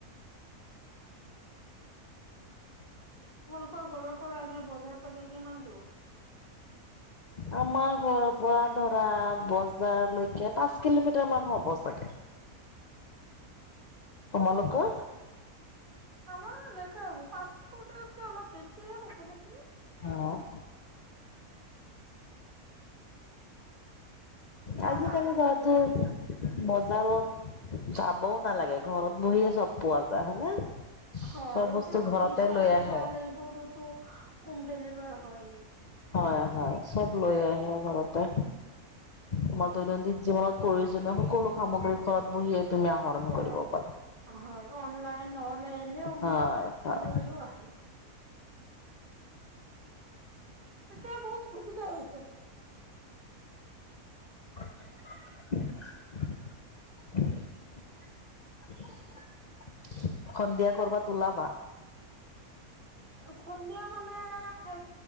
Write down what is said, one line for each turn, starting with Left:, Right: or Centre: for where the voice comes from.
Right: তোমালোকৰ ঘৰৰ পৰা এনে বজাৰ- তজাৰ কিমান দূৰ?
Left: আমাৰ ঘৰৰ পৰা ধৰা বজাৰলৈকে পাঁচ কিলোমিটাৰ মান হ'ব চাগে। তোমালোকৰ?
Right: আমাৰো এনেকাই হ'ব পাঁচ কিলোমিটাৰত কৈ অলপ বেছিয়ে হ'ব নেকি।
Left: অ',
Right: সাত
Left: আজিকালি
Right: আঠ কিলোমিটাৰ
Left: ধৰাটো
Right: হ'ব
Left: মজ বজাৰত যাবও নালাগে ঘৰত বহিয়ে চব পোৱা যায় হয়নে?
Right: হয়
Left: চব বস্তু
Right: এতিয়াতো
Left: ঘৰতে
Right: বিচাল-তিচাল
Left: লৈ আহে।
Right: এইবোৰোতো হোম ডেলিভাৰ হয়।
Left: হয়-হয় চব লৈ আহে ঘৰতে। আমাৰ দৈনন্দিন জীৱনত প্ৰয়োজনীয় সকলো সামগ্ৰী ঘৰত বহিয়ে তুমি আহৰণ
Right: ঘৰত
Left: কৰিব পাৰা
Right: হয়, অনলাইন নহলে এনেও
Left: হয় হয়
Right: লৈও আহে। <inaudible> এতিয়া বহুত সুবিধা হৈছে।
Left: <unintelligible> <unintelligible> <unintelligible> সন্ধিয়া কৰবাত ওলাবা?
Right: খন্দিয়া মানেব